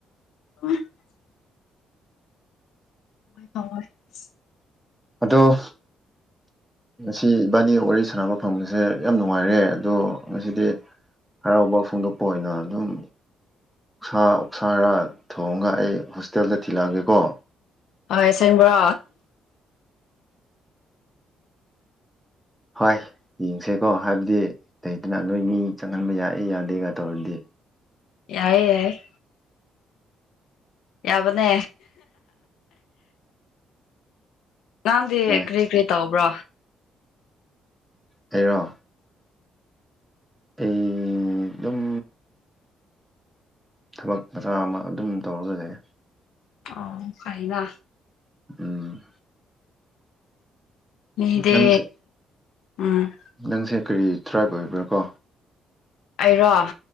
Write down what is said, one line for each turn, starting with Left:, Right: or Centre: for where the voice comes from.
Left: <unintelligible> <unintelligible>
Centre: ꯑꯗ‌ꯣ ꯉꯁꯤ ꯏꯕꯥꯅꯤ ꯋꯥꯔꯤ ꯁꯥꯟꯅꯕ ꯐꯪꯕꯁꯦ ꯌꯥꯝ ꯅꯨꯡꯉꯥꯏꯔꯦ ꯑꯗꯣ ꯉꯁꯤꯗꯤ ꯍꯔꯥꯎꯕ ꯐꯣꯡꯗꯣꯛꯄ ꯑꯣꯏꯅ ꯑꯗꯨꯝ ꯎꯁꯥ ꯑꯣꯛꯁꯥꯔ ꯊꯣꯡꯉꯒ ꯑꯩ ꯍꯣꯁꯇꯦꯜꯗ ꯊꯤꯜꯂꯛꯑꯒꯦꯀꯣ
Left: ꯑ ꯑꯁꯦꯡꯕ꯭ꯔꯣ
Centre: ꯍꯣꯏ ꯌꯦꯡꯁꯦꯀꯣ ꯍꯥꯏꯕꯗꯤ ꯂꯩꯗꯅ ꯅꯣꯏ ꯃꯤ ꯆꯪꯍꯟꯕ ꯌꯥꯏ ꯌꯥꯗꯦꯒ ꯇꯧꯔꯗꯤ
Left: ꯌꯥꯏ ꯌꯥꯏ ꯌꯥꯕꯅꯦ ꯅꯪꯗꯤ
Centre: ꯍꯣꯏ
Left: ꯀꯔꯤ ꯀꯔꯤ ꯇꯧꯕ꯭ꯔꯣ
Centre: ꯑꯩꯔꯣ ꯑꯩ ꯑꯗꯨꯝ ꯊꯕꯛ ꯃꯆꯥ ꯑꯃ ꯑꯗꯨꯝ ꯇꯧꯔ ꯂꯩꯌꯦ
Left: ꯑꯣ ꯐꯩꯅ
Centre: ꯎꯝ
Left: ꯃꯤꯗꯤ
Centre: ꯅꯪꯁꯦ
Left: ꯎꯝ
Centre: ꯅꯪꯁꯦ ꯀꯔꯤ ꯇ꯭ꯔꯥꯏꯞ ꯑꯣꯏꯕ꯭ꯔꯥ ꯀꯣ
Left: ꯑꯩꯔꯣ